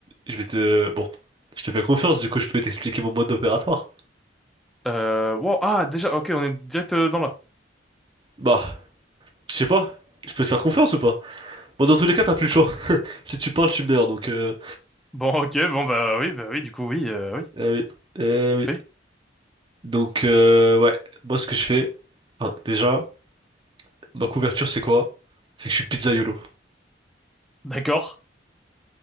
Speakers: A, on the right (about 25°); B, in the centre.
A: je vais te... Bon, je te fais confiance, du coup, je peux t'expliquer mon mode opératoire.
B: Euh, wow, ah, déjà, ok, on est direct euh, dans là.
A: Bah, je sais pas. Je peux te faire confiance ou pas? Bon, dans tous les cas, t'as plus le choix. <laughs> Si tu parles, tu meurs, donc... Euh...
B: Bon, ok, bon, bah oui, bah oui, du coup, oui, euh, oui.
A: Eh oui, eh oui.
B: Fait.
A: Donc, euh, ouais, moi, ce que je fais... enfin, déjà... Ma couverture, c'est quoi? C'est que je suis pizzaïolo.
B: D'accord,